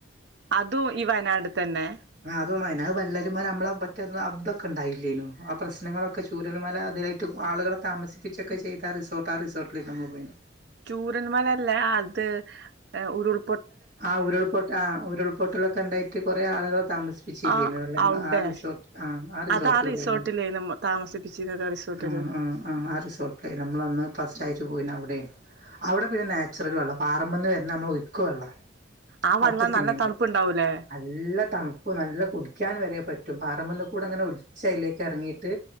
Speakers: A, on the right; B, on the right.
A: അതും ഈ വയനാട് തന്നെ
B: ആ അതും അയന്നെ വള്ളരിമല നമ്മള പറ്റ അബ്തൊക്കെ ഉണ്ടായില്ലേനു ആ പ്രശ്നങ്ങളൊക്കെ ചൂരൽമല അതിലായിട്ട് ആളുകളെ താമസിപ്പിച്ചൊക്കെ ചെയ്ത ആ റിസോർട്ട് ആ റിസോർട്ടിലമ്മള് പോയിന്
A: ചൂരൽ മലല്ലേ അത് ഉരുൾ
B: ആ ഉരുൾപൊട്ട ആ ഉരുൾപൊട്ടലൊക്കെ ഉണ്ടായിട്ട് കൊറെേ ആളുകളെ താമസിപ്പിച്ചില്ല്യേനാ
A: ആ അവിടെ
B: റിസോട് ആ ആ റിസോർട്ടിൽ
A: അത് റിസോർട്ടിലേന്നു
B: പോയിന്
A: താമസിപ്പിച്ചിരുന്നത് റിസോർട്ടില്
B: ആ ആ ആ ആ റിസോർട്ട് അല്ലെ നമ്മളന്ന് ഫസ്റ്റ് ആയിട്ട് പോയിന അവിടെ അവിടെ പിന്നെ നാച്ചുറൽ വള്ളാ. പാറമന്ന് വന്ന നമ്മള് ഒയ്ക്ക് വള്ളാ
A: ആ
B: അവിടുത്തെ
A: വെള്ളം
B: സിമ്മിം
A: നല്ല തണുപ്പുണ്ടാവൂലേ
B: പൂ- നല്ല തണുപ്പ് നല്ല കുടിക്കാൻ വരെ പറ്റും റ്റും പാറമന്ന് കൂടെ അങ്ങനെ ഒലിച്ച യിലേക്കെറങ്ങീട്ട്